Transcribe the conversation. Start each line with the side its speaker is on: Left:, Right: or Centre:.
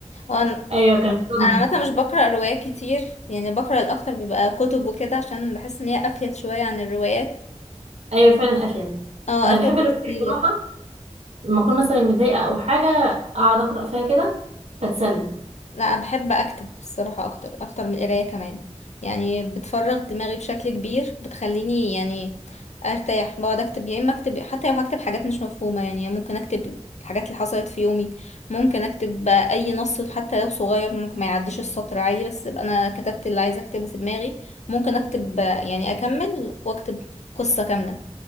Left: هو انا
Right: أيوة كان صدمة
Left: أنا عامة مش بقرأ روايات كتير يعني بقرأ الاكتر بيبقى كتب وكده عشان بحس ان هي افيد شوية عن الروايات
Right: أيوة فعلا أفيد
Left: اه
Right: أنا
Left: افيد
Right: بحب
Left: بكتير
Right: الروايات بصراحة لما أكون مثلا متضايقة أو حاجة أقعد أقرأ فيها كده بتسلى
Left: لا انا بحب اكتب الصراحه اكتر اكتر من القرايه كمان يعني بتفرغ دماغي بشكل كبير بتخليني يعني ارتاح بقعد اكتب يا اما اكتب حتى لو هكتب حاجات مش مفهومه يعني ممكن اكتب الحاجات اللي حصلت في يومي ممكن اكتب بقى اي نص حتى لو صغير ممكن ما يعديش السطر عادي بس ابقى انا كتبت اللي عايزه اكتبه في دماغي ممكن اكتب آه، يعني اكمل واكتب قصه كامله